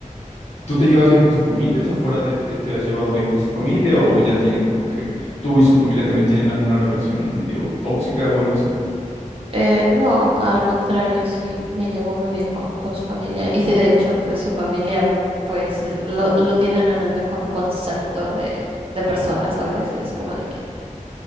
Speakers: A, on the left; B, on the right.
A: ¿tú te llevas bien con su familia? O sea, fuera de él, ¿te, te has llevado bien con su familia? ¿O ya tienen como que tú y su familia también tienen alguna relación medio tóxica o algo así?
B: Eh, no, al contrario, sí me llevó muy bien con, con su familia y de hecho, pues su familia, pues es- lo, lo tienen en el mejor concepto de, de persona, ¿sabes? Es como de que